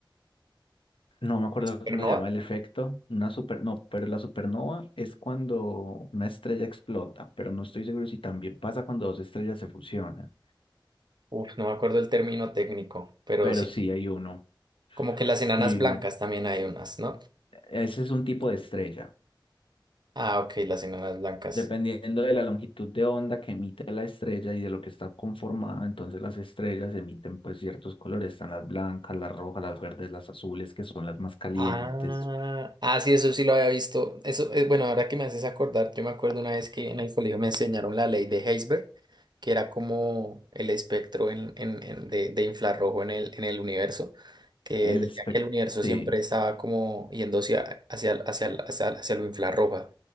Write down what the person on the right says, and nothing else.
supernova,
uf, no me acuerdo el término técnico, pero
sí,
como que las
enanas blancas también hay unas, ¿no?
Ah, ok, las enanas blancas.
Ah, ah, sí, eso sí lo había visto. Eso, eh, bueno, ahora que me haces acordar, yo me acuerdo una vez que en el colegio me enseñaron la ley de Heisberg, que era como el espectro en- en- en- de, de infrarrojo en el, en el universo, que
decía
que el universo
siempre estaba como yendo hacia, hacia, hacia, hacia, hacia lo infrarrojo.